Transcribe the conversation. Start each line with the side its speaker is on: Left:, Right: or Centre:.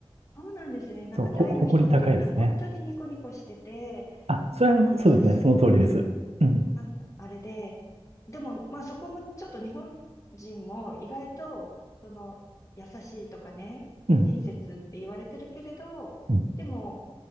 Left: そうなんですね。なんかタイの人って言うと本当にニコニコしてて、
Right: そう、ほ、誇り高いですね。あ、それは、
Left: あ、優しいっていう
Right: そうですね、その通りです。うん、
Left: あ、あれで、でもまあそこもちょっと日本人も意外とその優しいとかね、
Right: うん、
Left: 親切って言われてるけれど、
Right: うん。
Left: でも